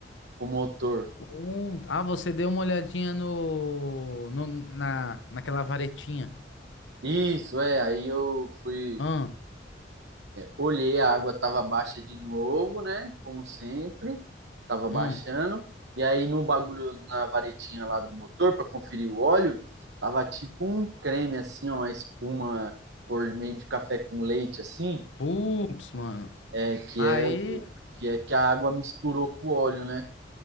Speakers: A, on the right; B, on the left.
A: pro motor.
B: Uh, ah, você deu uma olhadinha no, no- na, naquela varetinha.
A: Isso, é, aí eu fui
B: Hum,
A: olhei, a água estava baixa de novo, né? Como sempre, estava baixando.
B: hum.
A: E aí no bagulho, na varetinha lá do motor, para conferir o óleo, tava tipo um creme, assim, ó, uma espuma cor meio de café com leite, assim,
B: Putz, mano.
A: é, que,
B: Aí.
A: é, o- que é que a água misturou com o óleo, né?